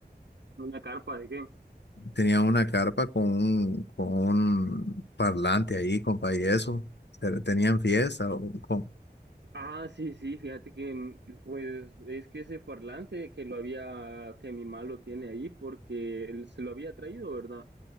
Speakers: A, on the right; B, on the left.
A: ¿Una carpa de qué?
B: Tenía una carpa con un, con un parlante ahí, compa, y eso. Pero ¿Tenían fiesta? o con-
A: Ah, sí, sí, fíjate que mm, pues es que ese parlante que lo había, que mi malo tiene ahí porque él se lo había traído, ¿verdad?